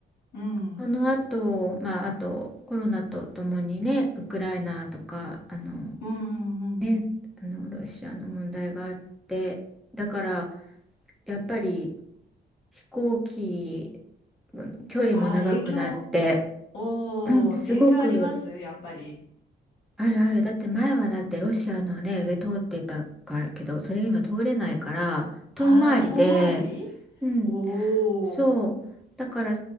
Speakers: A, on the left; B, in the centre.
A: うん。
B: その後まああとコロナとともにねウクライナとかあの
A: うんうんうんうん。
B: ね、あのロシアの問題があってだからやっぱり飛行機うん距離も長くなって、
A: ああ、影響。おー、
B: うんすごく
A: 影響ありますやっぱり。
B: あるある。だって前はだってロシアのね、上通ってたからけど、それが今通れないから、遠回りで、
A: ああ、遠回り
B: うん、
A: おおー、
B: そう。だから